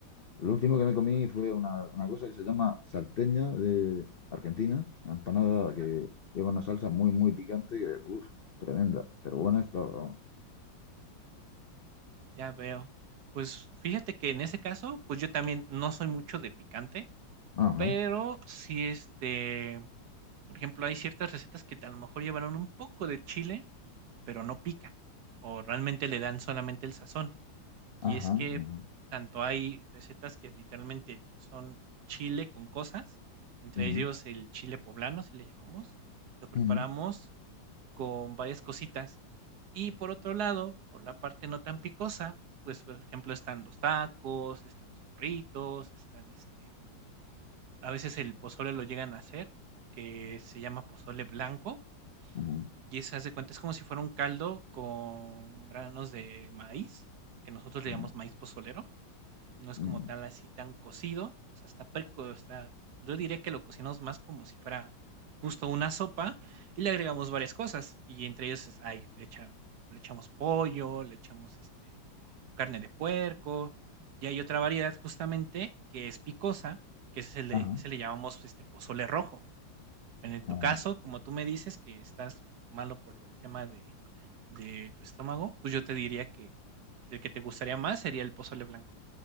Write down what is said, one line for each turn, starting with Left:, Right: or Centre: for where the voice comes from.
Left: Lo último que me comí
Right: <laughs>
Left: fue una, una cosa que se llama salteña de Argentina, una empanada
Right: vale.
Left: que lleva una salsa muy, muy picante que, uff, tremenda, pero buena estaba. vamos.
Right: Ya veo. Pues fíjate que en ese caso, pues yo también no soy mucho de picante,
Left: Ajá,
Right: pero sí, este, por ejemplo, hay ciertas recetas que a lo mejor llevaron un poco de chile, pero no pican, o realmente le dan solamente el sazón.
Left: ajá,
Right: Y es que
Left: ajá,
Right: tanto hay recetas que literalmente son chile con cosas, entre
Left: ujú,
Right: ellos el chile poblano, si le llamamos, lo preparamos
Left: ujú,
Right: con varias cositas. Y por otro lado, por la parte no tan picosa, pues, por ejemplo, están los tacos, están los burritos, están este, a veces el pozole lo llegan a hacer, que se llama pozole blanco,
Left: ujú,
Right: y se hace cuenta, es como si fuera un caldo con granos de maíz, que nosotros
Left: ujú,
Right: le llamamos maíz pozolero no es
Left: ujú,
Right: como tal así tan cocido, o sea, está preco está yo diría que lo cocinamos más como si fuera justo una sopa y le agregamos varias cosas, y entre ellos es ay, le echan le echamos pollo, le echamos, este, carne de puerco, y hay otra variedad justamente que es picosa, que ese le
Left: ajá,
Right: ese le llamamos, este, pozole rojo. En en
Left: ajá,
Right: tu caso, como tú me dices que estás malo por lo del tema de de tu estómago, pues yo te diría que el que te gustaría más sería el pozole blanco.